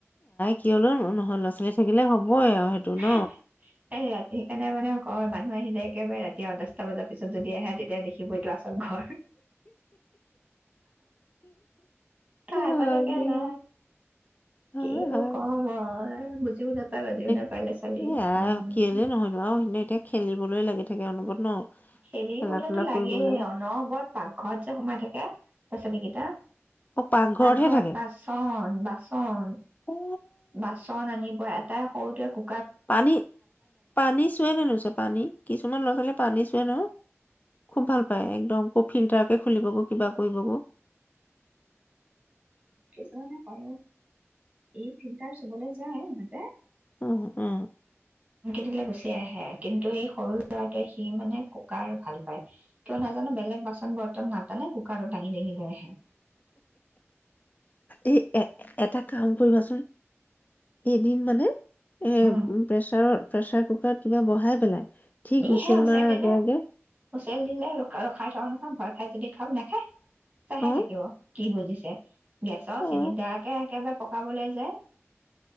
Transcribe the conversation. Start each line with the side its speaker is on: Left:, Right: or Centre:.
Left: কিয়নো নহয় লৰা-ছোৱালী থাকিলে হ'বই আৰু সেইটো
Right: <unintelligible>
Left: ন
Right: ৰাতি সেইকাৰণে মানে তেওঁ মোক কয় মানুহ আহিলে একেবাৰে ৰাতি দহটা বজাৰ পিছত যদি আহে তেতিয়া দেখিব এইটো আছল ঘৰ তই
Left: হয়
Right: আগলৈকে
Left: দিয়া
Right: নাই
Left: হয়
Right: কিনো
Left: হয়
Right: কওঁ মই বুজিও নাপাই বাজিও নাপায়
Left: এয়াই
Right: ল'ৰা ছোৱালী উম
Left: কেলে নহয়নো আৰু সেনেকে খেলিবলৈ লাগি থাকে অনবৰত ন
Right: খেলিবলেতো
Left: খেলা ধূলা
Right: লাগেই
Left: কৰিবলৈ
Right: অনবৰত পাকঘৰত যে সোমাই থাকে লৰা - ছোৱালীকেইটা
Left: অ পাকঘৰতহে
Right: পাকঘৰত
Left: থাকে
Right: বাচন বাচন
Left: অ
Right: বাচন আনিব এটাই সৰুটোৱে কু
Left: পানী পানী চুৱে নে নোছোয়ে পানী কিছুমান ল'ৰা ছোৱালীয়ে পানী চুৱে নহয় খুব ভাল পায় একদম ফ্লিটাৰ খুলিব গৈ কিবা কৰিব গৈ
Right: কিছুমানে ক ই ফিল্টাৰ চুবলৈ যায় ইহঁতে
Left: উম উম
Right: এনেকে দিলে গুচি এ আহে কিন্তু এই সৰু ল'ৰাটোৱে সি মানে কুকাৰ ভাল পায়, কিয়নো নাজানো বেলেগ বাচন বৰ্তন নাটানে কুকাৰত দাঙি দাঙি লৈ আহে। <unintelligible>
Left: এই এ এটা কাম কৰিবাচোন। এদিন মানে এ,
Right: উম
Left: প্ৰেছাৰৰ প্ৰেছাৰ কুকাৰত কিবা বঢ়াই পেলাই। ঠিক
Right: ই
Left: হুইচেল
Right: হে হুচাৰ
Left: মাৰা
Right: দিলে,
Left: আগে আগে
Right: হুঁচাৰ দিলে ৰ ৰ খাই থা নহয় ভয় খাই যদি খাওঁ নাখায়। চাহে
Left: অ
Right: থাকিব কি বুজিছে? গেছৰ
Left: অ
Right: চিলিণ্ডাৰকে একেবাৰে পকাবলৈ যায়